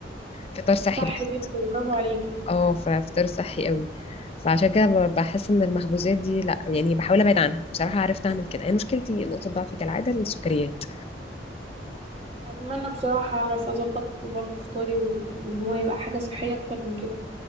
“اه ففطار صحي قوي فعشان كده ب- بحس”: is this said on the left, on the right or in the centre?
Left